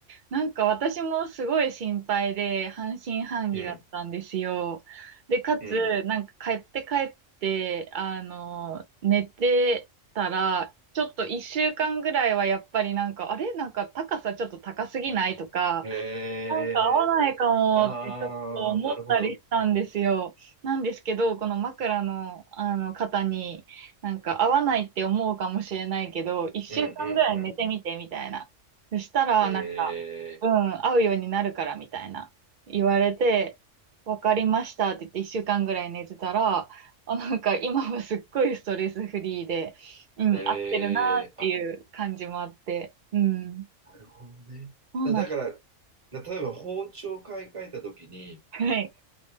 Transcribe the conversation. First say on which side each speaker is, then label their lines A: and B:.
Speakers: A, on the right; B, on the right.
A: なんか私もすごい心配で半信半疑だったんですよ。
B: うん、
A: で、かつ、
B: うん。
A: なんか帰って帰って、あの、寝てたら、ちょっと一週間ぐらいはやっぱりなんか、あれなんか高さちょっと高すぎないとか、
B: へ
A: なんか合わないかもってちょっと思ったりしたんですよ。
B: え、あー、なるほど。
A: なんですけど、この枕の、あの方に、なんか合わないって思うかもしれないけど、一週間ぐらい寝てみてみたいな。
B: うんうんうんうん。
A: そしたら、
B: へ
A: なんか、うん、
B: え、
A: 合うようになるからみたいな言われて、わかりましたって言って一週間ぐらい寝てたら、あ、なんか今はすっごいストレスフリーで、うん、
B: へ
A: 合ってるなっていう感じもあって、
B: え、あ、
A: うん、
B: なるほどね。
A: そうなん、
B: だ、だから、だ例えば包丁買い替えた時に、
A: はい、